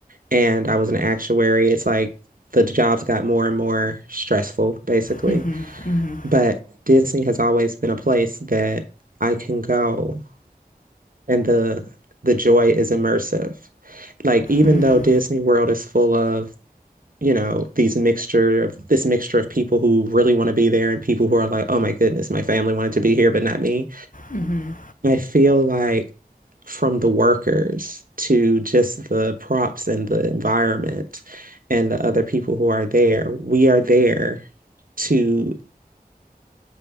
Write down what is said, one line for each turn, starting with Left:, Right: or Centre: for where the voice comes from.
Right: and I was an actuary. It's like the jobs got more and more stressful, basically.
Left: Mm-hmm.
Right: But Disney has always been a place that I can go, and the the joy is immersive. like even
Left: Mm-hmm.
Right: though Disney World is full of, you know, these mixture of this mixture of people who really want to be there and people who are like, oh my goodness, my family wanted to be here, but not me.
Left: Mm-hmm.
Right: I feel like from the workers to just the props and the environment and the other people who are there, we are there to